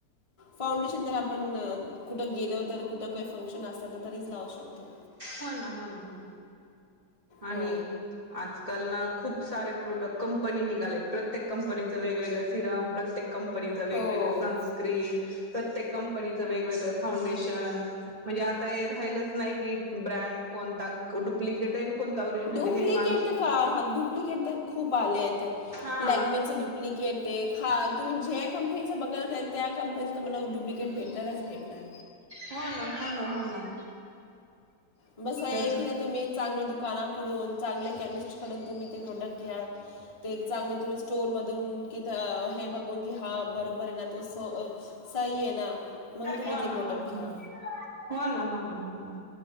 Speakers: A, on the left (about 20°); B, on the right (about 20°).
A: फाउंडेशन जर आपण कुठ गेलो तर कुठ काही फंक्शन असत तरी लावू शकतो
B: हो ना हो ना हो ना आणि
A: हो
B: आजकाल ना खूप सारे प्रोडक्ट कंपनी निघालेत प्रत्येक कंपनीचं वेगवेगळ सिरम प्रत्येक कंपनीच वेगवेगळ
A: हो
B: सनस्क्रीन प्रत्येक कंपनीचं वेगवेगळं फाउंडेशन म्हणजे आता हे राहिलच नाही की ब्रँड कोणता डुप्लिकेट आहे कोणता ओरिजिनल
A: डुप्लिकेट
B: हे माणूस
A: का डुप्लिकेट तर खूप आले आहेत
B: हा
A: लॅकमेच डुप्लिकेट आहे हा तुम्ही ज्या कंपनीच बघ त्या कंपनी तर मला डुप्लिकेट भेटणारच भेटणार
B: हो ना हो ना हो ना
A: बस आहे
B: त्याच
A: की नाही तुम्ही चांगल दुकानाकडून चांगले केमिस्ट कडून तुम्ही ते प्रोडक्ट घ्या ते चांगलं तुम्ही स्टोर मधून कि हे बघून कि हा बरोबर आहे ना तो सही आहे ना मग तुम्ही
B: हो
A: ते
B: ना
A: प्रोडक्ट
B: हो ना हो
A: घ्या
B: हो ना हो ना ह ना